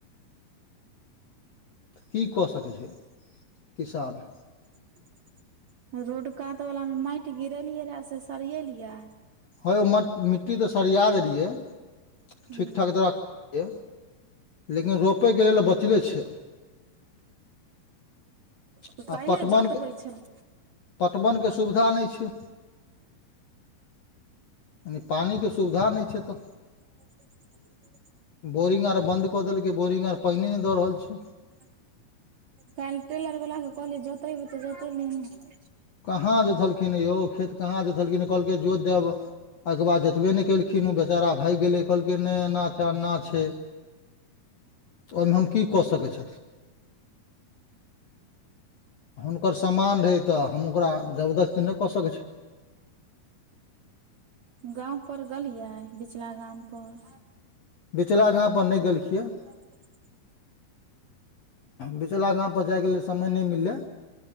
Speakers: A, on the left (about 60°); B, on the right (about 65°).
A: की कऽ सकै छै किसान?
B: <inaudible> रोड कात वला मे मैइट गिरेलियै रहैऽ से सरियेलियै?
A: ह यौ म-मिट्टी तऽ सरिया देलियै
B: हूं
A: ठीक- ठाक तरा- <unintelligible> लेकिन रोपैयके लेल बचले छै। <inaudible>
B: तऽ
A: आ
B: काल्हिए
A: पटमन
B: जोतबै
A: के
B: छलै
A: पटवनके सुविधा नैय छैय। ने पानी के सुविधा नैय छैय एतऽ।
B: <unintelligible>
A: बोरिंग आर बंन्द कऽ देलकै बोरिंग आर पैइने नैय दऽ रहल छैय।
B: <unintelligible> काइल टेलर वला कहलीयै त जोतैइब त जोतेइलियै नैय?
A: कहाँ जोतलखिन यौ खेत कहाँ जोतलखिन कहलकै जोत देब। अयके बाद जोतबे नैय केलखिन ओ बेचारा भैग गेलै कहलकै नैय एना छै, ओना छै। ओय मे हम की कऽ सकैत छथि? हुनकर समान रहै तऽ हम ओकरा जबदस्ती नैय कऽ सकै छी।
B: गाम पर गलियै बिचला गाम पर?
A: बिचला गाम पर नैय गेलखियै।
B: <unintelligible>
A: बिचला गाम पर जाय के लेल समय नैय मिललै,